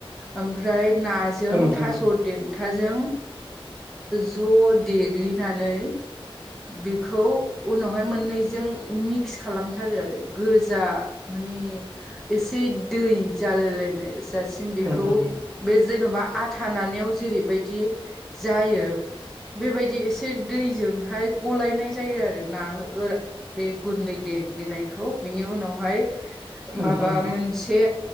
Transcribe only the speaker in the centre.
ओमफ्राय नाजों
थास'
देन थाजों ज' देग्लिनानै बेखौ उनावहाय मोननैजों मिक्स खालामथारो आरो गोजा। माने एसे दै जालायलायनाय जासिम बेखौ
बे जेन'बा आथा नानायाव जेरैबायदि जायो बेबायदि एसे दैजोंहाय गलायनाय जायो आरो ना गोरा बे गुन्दै देग्लिनायखौ बिनि उनावहाय
माबा
मोनसे